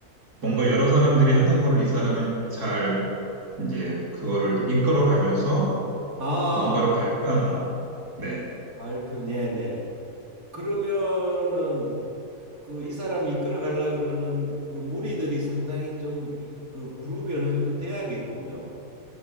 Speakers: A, on the right (about 80°); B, on the right (about 65°).
A: 뭔가 여러 사람들이 하는 거를 이 사람이 잘 이제 그거를 이끌어 가면서
B: 아,
A: 뭔가를 발표하는. 네.
B: 발표, 네네. 그러면은 그 이 사람이 이끌어 가려 그러는 그 무리들이 상당히 좀 그 그룹이 어느 정도 돼야겠군요.